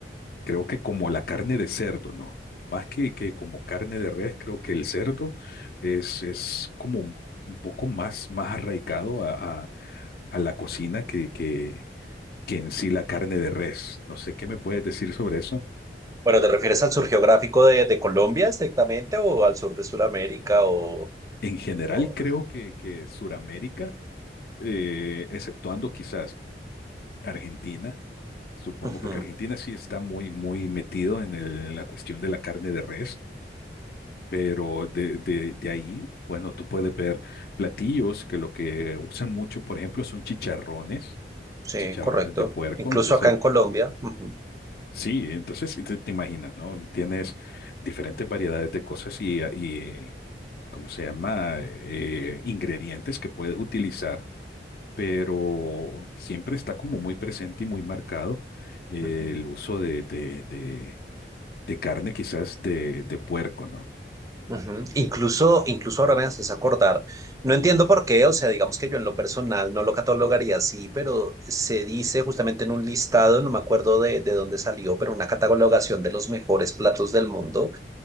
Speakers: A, on the left; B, on the right.
A: Creo que como la carne de cerdo, ¿no? Más que, que como carne de res, creo que el cerdo es, es como un un poco más, más arraigado a, a- a la cocina que, que, que en sí la carne de res. No sé qué me puedes decir sobre eso.
B: Bueno, ¿te refieres al sur geográfico de, de Colombia estrictamente o al sur de Sudamérica o...?
A: En general,
B: o-
A: creo que, que Suramérica, eh, exceptuando quizás Argentina, supongo,
B: Ujú,
A: porque Argentina sí está muy, muy metido en el- en la cuestión de la carne de res Pero de, de, de ahí, bueno, tú puedes ver platillos que lo que usan mucho, por ejemplo, son chicharrones,
B: Sí,
A: chicharrones
B: correcto.
A: de puerco.
B: Incluso
A: Entonces,
B: acá en Colombia. ujú,
A: sí, entonces sí, te, te imaginas, ¿no? Tienes diferentes variedades de cosas y, y ¿cómo se llama? eh, ingredientes que puedes utilizar, pero siempre está como muy presente y muy marcado eh,
B: ujú.
A: el uso de, de, de, de carne, quizás de, de puerco, ¿no?
B: Ujú. Incluso, incluso ahora me haces acordar. No entiendo por qué, o sea, digamos que yo en lo personal no lo catalogaría así, pero se dice justamente en un listado, no me acuerdo de, de dónde salió, pero una catalogación de los mejores platos del mundo.